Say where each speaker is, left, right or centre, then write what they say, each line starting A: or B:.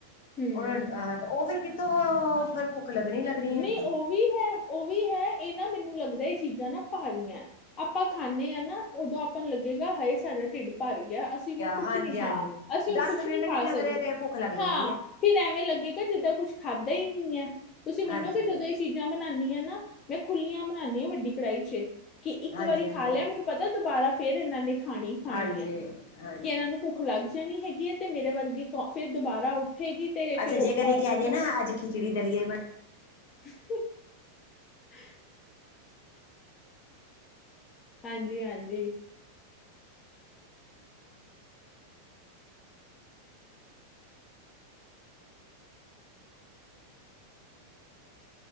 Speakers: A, on the left; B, on the left.
A: ਹਮ
B: ਉਹ ਆਹ ਤੇ ਉਹ ਫੇਰ ਕਿੱਥੋਂ ਫਿਰ ਭੁੱਖ ਲੱਗਣੀ ਲੱਗਣੀ
A: ਨਹੀਂ
B: ਹੈ
A: ਉਹ ਵੀ ਹੈ ਉਹ ਵੀ ਹੈ। ਇਹ ਨਾ ਮੈਨੂੰ ਲੱਗਦਾ ਇਹ ਚੀਜ਼ਾਂ ਨਾ ਭਾਰੀਆਂ ਆਪਾਂ ਖਾਂਦੇ ਹਾਂ ਨਾ ਉਦੋਂ ਆਪਾਂ ਨੂੰ ਲੱਗੇਗਾ। ਹਾਏ ਸਾਡਾ ਢਿੱਡ ਭਰ ਗਿਆ ਅਸੀਂ ਹੁਣ ਕੁਛ
B: ਹਾਂਜੀ
A: ਨੀ ਖਾਣਾ
B: ਹਾਂਜੀ
A: ਅਸੀਂ
B: ਦਸ
A: ਹੁਣ ਕੁਛ
B: ਮਿੰਟ
A: ਨਹੀਂ ਖਾ
B: ਨੀ ਲੰਘਦੇ
A: ਸਕਦੇ।
B: ਤੇ ਭੁੱਖ ਲੱਗ
A: ਹਾਂ
B: ਜਾਂਦੀ ਹੈ
A: ਫਿਰ ਐਵੇਂ ਲੱਗੇਗਾ। ਜਿੱਦਾਂ ਕੁਛ ਖਾਧਾ ਹੀ ਨਹੀਂ ਹੈ। ਤੁਸੀਂ ਮੰਨੋਗੇ
B: ਹਾਂਜੀ
A: ਕਿ ਜਦੋਂ ਇਹ ਚੀਜ਼ਾਂ ਬਣਾਉਾਨਦੀ ਆ ਨਾ ਮੈਂ ਖੁੱਲੀਆਂ ਬਣਾਉਦੀ ਹਾਂ ਵੱਡੀ ਕੜਾਹੀ ਚ ਕਿ ਇੱਕ
B: ਹਾਂਜੀ
A: ਵਾਰੀ
B: ਹਾਂਜੀ
A: ਖਾ ਲਿਆ ਮੈਨੂੰ ਪਤਾ ਦੁਬਾਰਾ ਫੇਰ ਇਹਨਾਂ ਨੇ ਖਾਣੀ, ਖਾਣੀ
B: ਹਾਂਜੀ
A: ਹੈ
B: ਹਾਂਜੀ
A: ਕਿ ਇਹਨਾਂ ਨੂੰ ਭੁੱਖ ਲੱਗ ਜਾਣੀ ਹੈਗੀ ਹੈ। ਤੇ ਮੇਰੇ ਵਰਗੀ ਕ ਫੇਰ ਦੁਬਾਰਾ ਉੱਠੇਗੀ। ਤੇ
B: ਅੱਛਾ
A: ਫਿਰ ਔਖਾ
B: ਜੇ ਕਦੇ
A: ਹੋ
B: ਕਹਿ
A: ਜਾਏਗਾ
B: ਦਈਏ ਜੇ ਨਾ ਅੱਜ ਖਿਚੜੀ ਦਲੀਆ ਈ ਬਣਨਾ
A: <unintelligible> <unintelligible> ਹਾਂਜੀ, ਹਾਂਜੀ।